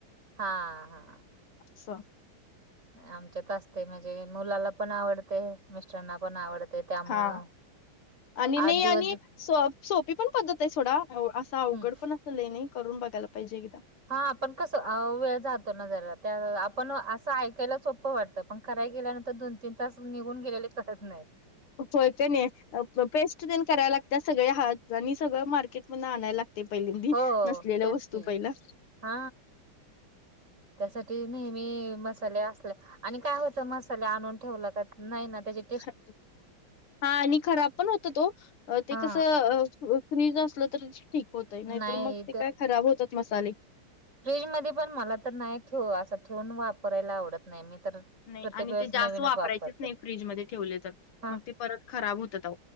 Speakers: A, on the right (about 35°); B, on the left (about 85°).
A: हा हा
B: असं.
A: आमच्यात असते म्हणजे मुलाला पण आवडत ते मिस्टरांना पण आवडते त्यामुळं
B: हा आणि नाही
A: आठ दिवस
B: आणि सोपी पण पद्धत आहे थोडा असा अवघड
A: हम्म
B: पण अस ल नाही करून बघायला पाहिजे एकदा
A: हा आपण कसं वेळ जातो ना जरा त्या आपण असं ऐकायला सोपं वाटतं पण कराय गेल्यानंतर दोन तीन तास निघून गेलेले कळत नाही
B: होयत नाही पेस्ट देन करायला लागत सगळे्या हात आणि सगळं मार्केट मध आणायला लागत ते पहिलेंदी
A: हो
B: नसलेल्या
A: तेच
B: वस्तू
A: की
B: पहिला
A: हा त्यासाठी नेहमी मसाले असले आणि काय होत मसाल्या आणून ठेवलं का नाही ना त्याच्या
B: हा हा आणि खराब पण होत तो ते
A: हा
B: कसं? फ्रीज असलं तर ठीक होतय नाहीतर
A: नाही
B: मग ते काय खराब होतात मसाले
A: फ्रीजमध्येध्ये पण मला तर नाही ठेव असं ठेवून वापरायला आवडत नाही मी तर
B: नाही
A: प्रत्येक
B: आणि
A: वेळेस
B: ते
A: नवीनच
B: जास्त वापरायचेच
A: वापरते
B: नाही फ्रीजमध्येध्ये ठेवले तर
A: हा
B: मग ते परत खराब होत.